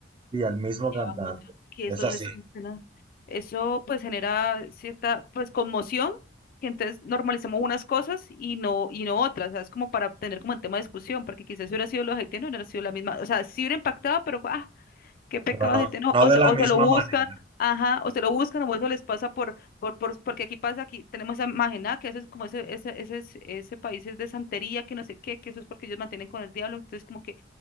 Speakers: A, on the right; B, on the left.
A: y al mismo
B: llevamos
A: cantante.
B: que
A: Es
B: eso
A: así,
B: es un- una- eso pues genera cierta pues conmoción que entonces normalizamos unas cosas y no y no otras, ¿sabes? Como para tener como el tema de discusión, porque quizás si hubiera sido los haitianos, no hubiera sido la misma, o sea, sí hubiera impactado, pero ah, ¿Qué pecados
A: pero no,
B: de no,
A: no
B: o,
A: de
B: se-
A: la
B: o
A: misma
B: se lo buscan,
A: manera.
B: ajá, o se lo buscan, o eso les pasa por, por, por porque aquí pasa, aquí tenemos a Magená, que eso es como ese, ese, ese, es- ese país es de santería, que no sé qué, que eso es porque ellos mantienen con el diablo, entonces como que